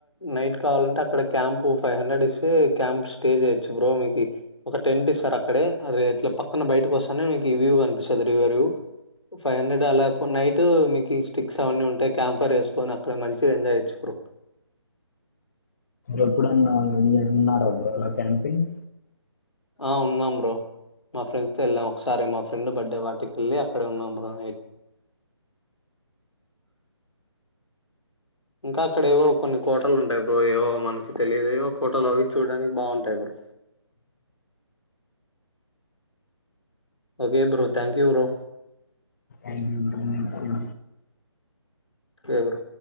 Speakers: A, on the left; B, on the left.
A: నైట్ కావాలంటే అక్కడ క్యాంప్ ఫైవ్ హండ్రెడ్ ఇస్తే క్యాంప్ స్టే చేయచ్చు బ్రో మీకు ఒక టెంట్ ఇస్తారు అక్కడ అట్లా పక్కన బయటకు వస్తానే మీకు ఈ వ్యూ కనిపిస్తుంది రిూ ఫైవ్ హండ్రెడ్ అలాపో నైట్ మీకు స్టిక్స్ అవన్నీ ఉంటాయి క్యాంఫర్ వేసుకొని అక్కడ మంచిగా ఎంజయచ్చు బ్రో
B: ఎప్పుడన్న ఎల్లినర బ్రో అలా క్యాంపింగ్
A: ఆ ఉన్నాం బ్రో మా ఫ్రెండ్స్ తో వెళ్ళాం ఒకసారి మా ఫ్రెండ్ బర్త్డే పార్టీకి వెళ్లి అక్కడ ఉన్నాం బ్రో ఇంకా అక్కడ ఏవో కొన్ని కోటలు ఉంటాయి బ్రో ఏవో మనకి తెలియదువో కోటలు అవి చూడడానికి బాగుంటాయి bro okay bro thank you bro
B: అంట
A: ఎవరు